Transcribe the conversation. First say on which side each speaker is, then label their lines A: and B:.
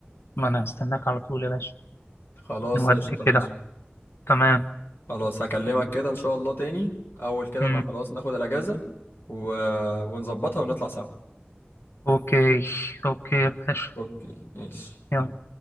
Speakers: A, on the left; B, on the left.
A: ما أنا هستناك على طول يا باشا
B: خلاص
A: نودي
B: قشطة
A: كده
B: ماشي
A: تمام
B: خلاص هكلمك كده ان شاء الله تاني اول كده
A: امم
B: ما خلاص ناخد الاجازة و... ونظبطها ونطلع سوا
A: أوكي أوكي يا باشا
B: اوكي ماشي
A: يلا